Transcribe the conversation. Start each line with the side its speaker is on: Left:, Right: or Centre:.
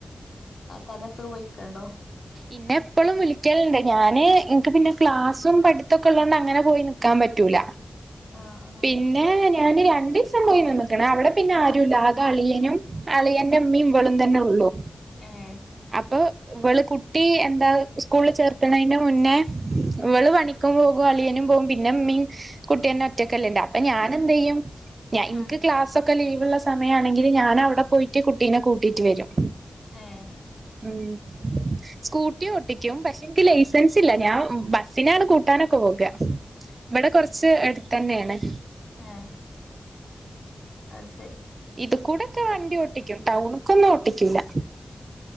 Left: തന്നടുത്തൊ പോയിക്കണ്ടോ
Right: പിന്നെ എപ്പോളും വിളിക്കലുണ്ട് ഞാന് എനക്ക് പിന്നെ ക്ലാസ്സും പഠിത്തൊക്കെ ഉള്ളോൊണ്ട് അങ്ങനെ പോയി നക്കാൻ പറ്റൂല
Left: ആഹ ആ
Right: പിന്നെ ഞാന് രണ്ട ദിവസം പോയി നിന്നക്കണ അവിടെ പിന്നെ ആരുുംല്ല ആ കളിയനും അളിയറെ
Left: ആഹ്
Right: അമ്മയും വളം തന്നെ ഉള്ളു
Left: ആഹ് ഏഹ്
Right: അപ്പൊ ഇവള് കുട്ടി എന്താ സ്കൂളിൽ ചേർക്കണതിന്റെ മുന്നേ ഇവള്
Left: ആഹ്
Right: പണിക്കുമ്പോ അളിയനും പോകും പിന്നെ മീൻ കുട്ടിയന്നെ ഒറ്റക്കല്ലുണ്ട് അപ്പ ഞാനെന്തന്ത് ചെയ്യും ഞൻ എനിക്ക്
Left: ആഹ്
Right: ക്ലാസ്സൊക്കെ ലീവ്ള്ള സമയ ആണെങ്കിൽ ഞാൻ അവിടെ പോയിട്ട് കുട്ടീനെ കൂട്ടിട്ട് വരും
Left: ആഹ
Right: ഉം സ്കൂട്ടി ഓട്ടിക്കും. പഷ് എനിക്ക് ലൈസൻസ് ഇല്ല ഞാൻ ബസ്സിനാണ് കൂട്ടാനൊക്കെ പോക ഇവിടെ കൊറച്ച് എട് തന്നെയാണെ
Left: ആഹ് അത് സെരി
Right: ഇത് കൂടെക്കെ വണ്ടി ഓട്ടിക്കും ടൗണ്ക്കൊന്നും ഓട്ടിക്കൂല്ല